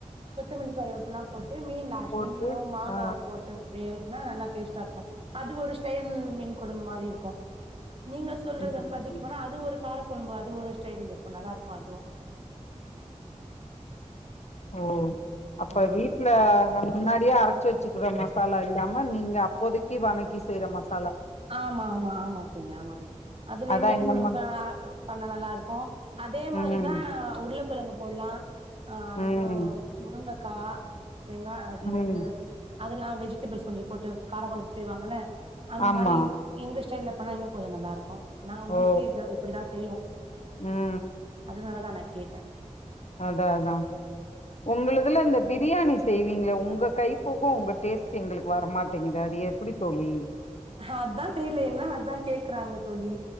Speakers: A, on the right; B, on the left.
A: கொத்தமல்லி கருவேப்பில லாம் போட் இது மீன் லாஸ்ட்ல
B: போட்டு
A: மீனு மாங்காவு
B: ஆ
A: போட்டுப் எ <unintelligible> னா நல்லா டேஸ்ட்டா இருக்கு அது ஒரு ஸ்டைல் மீன் குழம்பு மாரி இருக்கு நீங்க சொல்றது
B: ம்
A: வந்து வதக்கி பண்ணா அது ஒரு காரக்கொழம்பு அது ஒரு ஸ்டைல்ருக்கு நல்லாருக்கு அதுவு
B: ஓ அப்ப
A: ம்
B: வீட்டுல நம் முன்னாடியே அரைச்சு வச்சுக்கற மசாலா இல்லாம நீங்க அப்போதைக்கு வணக்கி செய்யற மசா
A: ஆமா ஆமா ஆமா தோழி ஆமா தோழி அதுலயே
B: அதா
A: மீன்
B: என்னம்மா
A: குழம்பு ப பண்ணா நல்லாருக்கு அதே மாரிதா
B: ம்
A: <unintelligible> உருளக்கிழங்கு போட்லா ஆ, அதுப்புறோ
B: ம்
A: முரங்கக் கா வெங்கா அது
B: ம்
A: என்னதுதது அதெல்லா வெஜிடபிள்ஸ் கொஞ்சோ போட்டு கார கொழம்பு செய்வாங்கல்ல அந்த
B: ஆமா
A: மார் இந் இந்த ஸ் சைல்ல பண்ணா இன்னு கொஞ்சோ நல்லா இருக்கு நா மோஸ்ட்லி
B: ஓ
A: இதா இப்படிதா செய்வோ
B: ம்
A: அது நல்ல தானைக் கேட்டே
B: அதா அதா உங்களதுல இந்த பிரியாணி செய்வீங்களே உங்க கைப்பக்குவோ உங்க டேஸ்ட் எங்களுக்கு வர மாட்டேங்குது அது எப்டி தோழி
A: ஹ அதா தெரியில எல்லா அதா கேக்குறாங்க தோழி